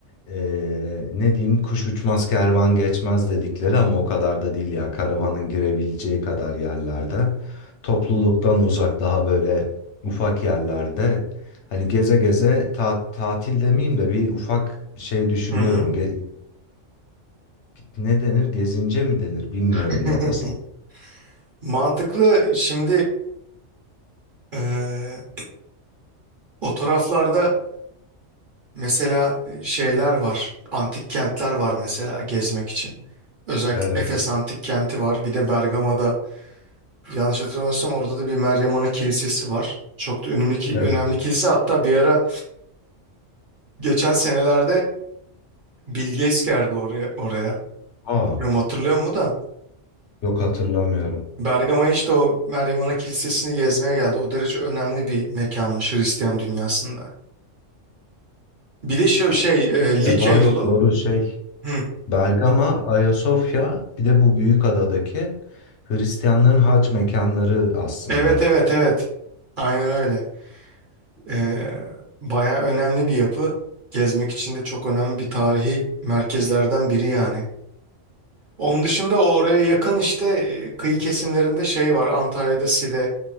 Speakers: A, on the left; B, on the right.
A: eee, ne diyeyim kuş uçmaz kervan geçmez dedikleri ama o kadar da değil ya. Karavanın girebileceği kadar yerlerde. Topluluktan uzak daha böyle ufak yerlerde. Hani geze geze ta- tatil demeyeyim de bir ufak şey düşünüyorum.
B: Hı hı.
A: Ge- ne denir? Gezince mi denir? Bilmiyorum
B: <laughs>
A: ne desem.
B: Mantıklı. Şimdi eee o taraflarda mesela e, şeyler var. Antik kentler var mesela gezmek için. Özellikle
A: Evet.
B: Efes Antik Kenti var. Bir de Bergama'da yanlış hatırlamıyorsam orada da bir Meryem Ana Kilisesi var. Çok da önemli ki
A: Evet.
B: önemli kilise. Hatta bir ara geçen senelerde Bill Gates geldi oraya oraya.
A: Aa,
B: Bilmiyorum hatırlıyor musun da.
A: yok hatırlamıyorum.
B: Bergama işte o Meryem Ana Kilisesi'ni gezmeye geldi. O derece önemli bir mekanmış Hristiyan dünyasında. Bir de şu şey e, Likya
A: E var
B: yolu.
A: doğru şey
B: Hı.
A: Bergama, Ayasofya, bir de bu büyük adadaki Hristiyanların hac mekanları aslında.
B: Evet evet evet. Aynen öyle. E, baya önemli bir yapı. Gezmek için de çok önemli bir tarihi merkezlerden biri yani. Onun dışında oraya yakın işte e, kıyı kesimlerinde şey var. Antalya'da Side